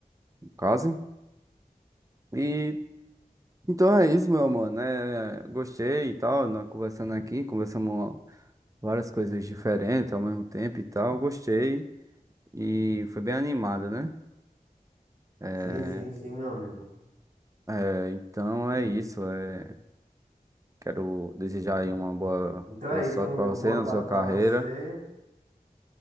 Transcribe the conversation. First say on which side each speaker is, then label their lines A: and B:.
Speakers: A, on the right; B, on the right.
A: No caso. E Então é isso, meu mano. É, gostei e tal, nós conversando aqui, conversamos várias coisas diferentes ao mesmo tempo e tal. Gostei e foi bem animado, né? É,
B: Sim, sim, sim, meu amigo.
A: é, então é isso. é, quero desejar aí uma boa,
B: Então
A: boa
B: é
A: sorte
B: isso. Uma
A: pra você
B: boa
A: na
B: tarde
A: sua carreira.
B: pra você.